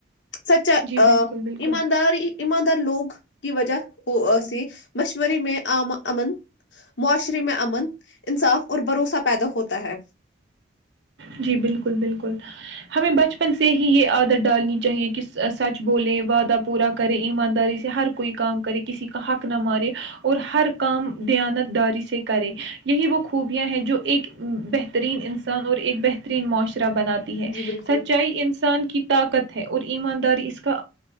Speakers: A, on the left; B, on the right.
A: سچا
B: جی بالکل بالکل
A: ایمانداری ایماندار لوگ کی وجہ سے مشورے میں امن معاشرے میں امن انصاف اور بھروسہ پیدا ہوتا ہے
B: جی بالکل بالکل ہمیں بچپن سے ہی یہ عادت ڈالنی چاہیے کہ سچ بولیں وعدہ پورا کرے ایمانداری سے ہر کوئی کام کرے کسی کا حق نہ مارے اور ہر کام دیانت داری سے کرے یہی وہ خوبیاں ہیں جو ایک بہترین انسان اور ایک بہترین معاشرے بناتی ہے
A: جی بالکل
B: سچائی انسان کی طاقت ہے اور ایمانداری اس کا